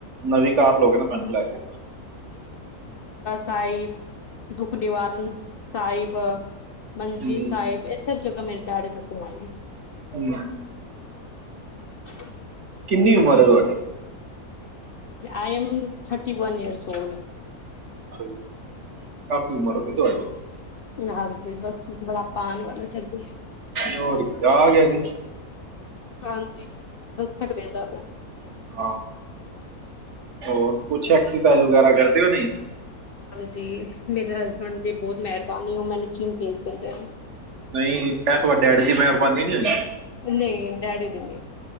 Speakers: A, on the right; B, on the left.
A: ਨਵੀਂ ਕਾਰ ਲੋਗੇ ਨਾ ਮੈਨੂੰ ਲੈ ਕੇ
B: ਸਾਹਿਬ ਦੁੱਖ ਨਿਵਾਰਨ ਸਾਹਿਬ। ਮੰਜੀ
A: ਹੂੰ
B: ਸਾਹਿਬ ਇਹ ਸਭ ਜਗਾ <unintelligible>
A: ਹਮ।
B: <inaudible>
A: ਕਿੰਨੀ ਉਮਰ ਹੈ ਤੁਹਾਡੀ।
B: I am thirty one years old.
A: ਅੱਛਾ ਜੀ ਕਾਫ਼ੀ ਉਮਰ ਹੋ ਗਈ ਤੁਹਾਡੀੇ।
B: ਹਾਂਜੀ ਬਸ। ਬੁਢਾਪਾ ਆਣ ਵਾਲਾ ਜਲਦੀ
A: ਹੋਰ ਕੀ ਆ ਗਿਆ ਕਿ
B: ਹਾਂਜੀ ਦਸ ਤੱਕ ਦਿੰਦਾ ਪਿਆ।
A: ਆਹ। ਹੋ ਕੁਛ ਐਕਸਰਸਾਈਜ਼ ਵਗੈਰਾ ਕਰਦੇ ਹੋ ਨੀ।
B: ਜੀ ਮੇਰੇ ਹਸਬੈਂਡ ਦੀ ਬੋਹੁਤ ਮਿਹਰਬਾਨੀ ਉਹ ਮੈਨੂੰ ਜਿਮ ਭੇਜ ਦਿੰਦੇ।
A: ਨਹੀਂ ਇਹ ਤੁਹਾਡ ਡੈਡੀ ਦੀ ਮਿਹਰਬਾਨੀ ਨਹੀਂ ਹੋਈ।
B: ਨਹੀਂ ਡੈਡੀ ਦੀ ਨੀ।